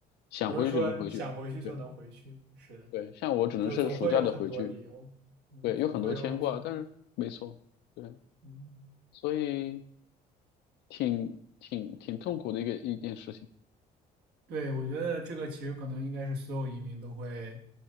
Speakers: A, on the left; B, on the right.
A: 想回去就能回去。
B: 不是说想回去就能回去。
A: 对
B: 是的，
A: 对，像我只能是暑假的回去，
B: 就总会有很多理由，嗯，
A: 对，
B: 总会有总，
A: 有很多牵挂，但是没错，对，
B: 嗯。
A: 所以挺挺挺痛苦的一个一件事情。
B: 对，我觉得这个其实可能应该是所有移民都会